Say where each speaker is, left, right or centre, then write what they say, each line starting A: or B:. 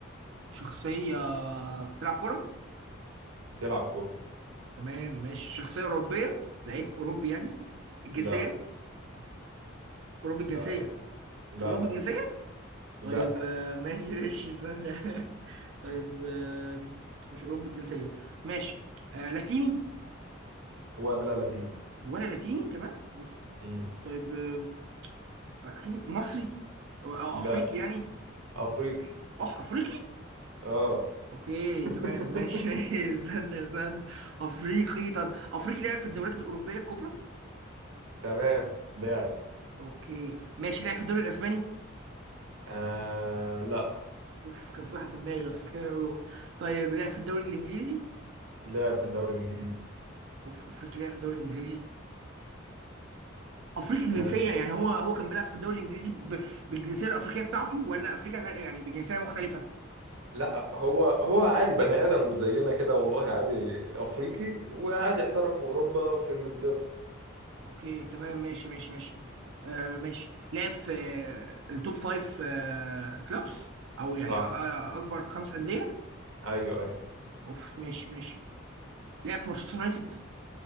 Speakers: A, on the right (about 60°); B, on the right (about 75°).
A: شخصية بتلعب كورة
B: بتلعب كورة
A: تمام ماشي شخصية أوروبية لعيب أوروبي يعني الجنسية
B: لا
A: أوروبي الجنسية
B: لا لا لا
A: مش أوروبي
B: لا
A: الجنسية
B: لا
A: طيب آه ماشي ماشي استنى <laughs> طيب آه مش أوروبي الجنسية ماشي آه لاتيني
B: ولا لاتيني
A: ولا لاتيني كمان أوف
B: مم.
A: طيب آه أكيد مصري أو أو
B: لا
A: أفريقي يعني
B: أفريقي
A: أح أفريقي؟
B: اه
A: أوكي
B: <laughs>
A: تمام ماشي <laughs> استنى استنى أفريقي طب أفريقي لعب في الدوريات الأوروبية الكبرى؟
B: تمام لاعب
A: أوكي ماشي لعب في الدوري الأسباني؟
B: آه لا
A: أوف كان في واحد في دماغي بس كده يروح طيب لعب في الدوري الإنجليزي؟
B: لاعب في الدوري الإنجليزي
A: أوف أفريقي لعب في الدوري الإنجليزي؟ أفريقي الجنسية
B: آه
A: يعني هو هو كان بيلعب في الدوري الإنجليزي ب... بالجنسية الأفريقية بتاعته ولا أفريقيا يعني بجنسية مختلفة؟
B: لا هو هو عادي بني آدم زينا كده والله عادي أفريقي وعادي احترف في أوروبا في إنجلترا
A: أوكي تمام ماشي ماشي ماشي آه ماشي لعب في آه، التوب فايف آه كلوبس أو يعني
B: صح
A: آه، آه، أكبر خمس أندية؟
B: أيوه أيوه
A: اوف ماشي ماشي لعب في مانشستر يونايتد